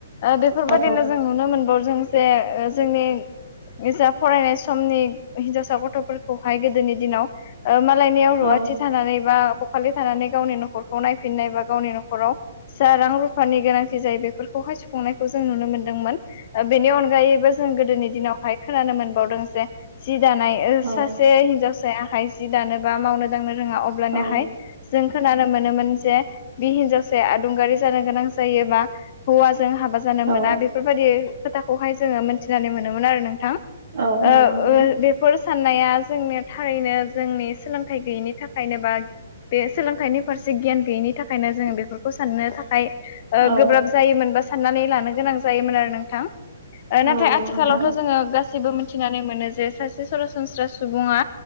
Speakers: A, on the left; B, on the right.
A: बेफोरबायदिनो
B: औ
A: जों नुनो मोन जों जे जोंनि ओजा फरायनाय समनि। हिनजावसा गथ'फोरखौहाय गोदोनि दिनाव मालायनियाव रुवाथि
B: औ
A: थानानै बा बखालि थानानै गावनि न'खरखौ नायफिननाय बा गावनि न'खराव जा रां रुफानि गोनांथि जायो बेफोरखौहाय सुफुंनायखौ जों नुनो मोनदोंमोन बेनि अनगायैबो जों गोदोनि दिनावहाय खोनानो मोनबावदों जे जि दानाय सासे
B: औ
A: हिनजावसायाहाय जि दानो बा मावनो दांनो रोङा अब्लानाहाय
B: औ
A: जों खोनानो मोनोमोन जे बि हिनजावसाया आदुंगारि जानो गोनां जायोबा हौवाजों हाबा। जानो
B: औ
A: मोना बेफोरबायदि खोथाखौहाय जोङो मोनथिनानै मोनोमोन आरो नोंथां।
B: औ
A: ओ
B: नंगौ नोंथां।
A: ओ बेफोर साननाया जोंनि थारैनो जोंनि सोलोंथाइ गैयिनि थाखायनो बा बे सोलोंथाइनि फारसे गियान गैयिनि थाखायनो जोङो बेफोर खौ साननो थाखाय ओ
B: औ
A: गोब्राब जायोमोन बा साननानै लानो गोनां। जायोमोन आरो नोंथां
B: औ
A: नाथाय
B: नंगौ
A: आथिखालावथ'
B: नोंथां
A: जोङो गाससिबो मिथिनानै मोनो। जे सासे सरासनस्रा सुबुङा